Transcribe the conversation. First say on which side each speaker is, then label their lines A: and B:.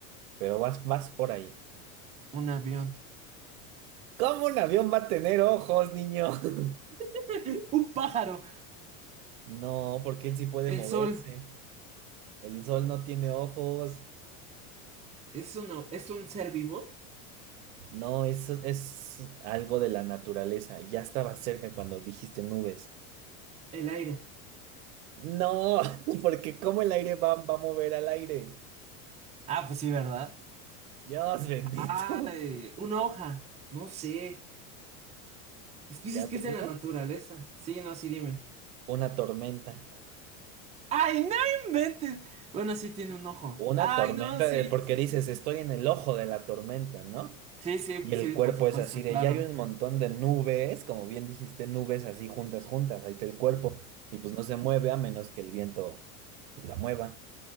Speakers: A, on the right; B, on the right.
A: pero vas, vas por ahí.
B: un avión,
A: ¿Cómo un avión va a tener ojos, niño? <laughs>
B: <laughs> un pájaro.
A: No, porque él sí puede
B: El
A: moverse.
B: sol
A: El sol no tiene ojos.
B: es uno, es un ser vivo.
A: No, eso es algo de la naturaleza. Ya estaba cerca cuando dijiste nubes.
B: El aire.
A: No, <laughs> porque ¿cómo el aire va, va a mover al aire?
B: Ah, pues sí, ¿verdad?
A: Dios bendito.
B: Ay,
A: <laughs>
B: una hoja. No sé. Es
A: Ya
B: que dices
A: te
B: que es de
A: digo,
B: la naturaleza. Sí, no, sí, dime.
A: una tormenta.
B: ¡Ay, no inventes! Bueno, sí tiene un ojo.
A: Una
B: ¡Ay,
A: tormenta,
B: no! Sí,
A: de- porque
B: sí,
A: dices,
B: sí, sí.
A: estoy en el ojo de la tormenta, ¿no?
B: Sí, sí,
A: Y el
B: sí,
A: cuerpo
B: por supuesto,
A: es así de,
B: claro.
A: ya hay un montón de nubes, como bien dijiste, nubes así juntas, juntas, ahí está el cuerpo. Y pues no se mueve a menos que el viento pues la mueva.